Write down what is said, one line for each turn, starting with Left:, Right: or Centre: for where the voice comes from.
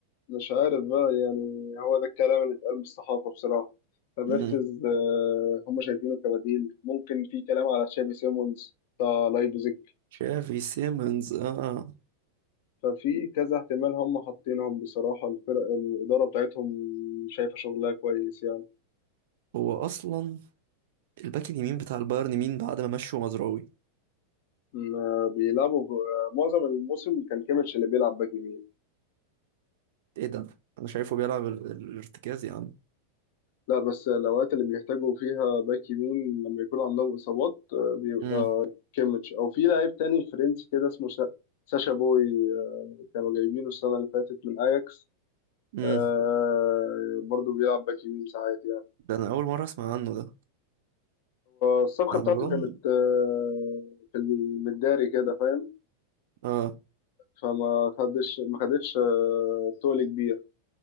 Left: مش عارف بقى يعني هو ده الكلام اللي اتقال من الصحافة بصراحة فميرتز
Right: امم
Left: آه هم شايفينه كبديل ممكن في كلام على تشافي سيمونز بتاع لايبزيج
Right: شافي سيمنز اه
Left: ففي كذا احتمال هم حاطينهم بصراحة الفرق الإدارة بتاعتهم شايفة شغلها كويس يعني
Right: هو اصلا الباك اليمين بتاع البايرن مين بعد ما مشوا مزراوي
Left: ما بيلعبوا ب- معظم الموسم كان كيميتش اللي بيلعب باك يمين
Right: ايه ده انا شايفه بيلعب ال- ال- الارتكاز يا عم
Left: لا بس الأوقات اللي بيحتاجوا فيها باك يمين لما يكون عندهم إصابات آه، بيبقى
Right: امم
Left: كيميتش أو في لاعب تاني فرنسي كده اسمه سا- ساشا بوي آه، كانوا جايبينه السنة اللي فاتت من أياكس
Right: امم
Left: آه، برضه بيلعب باك يمين ساعات يعني
Right: ده انا اول مره اسمع عنه ده
Left: الصفقة
Right: انا
Left: بتاعته
Right: اظن
Left: كانت آه، في المداري كده فاهم
Right: اه
Left: فما خدش ما خدتش آه، تول كبير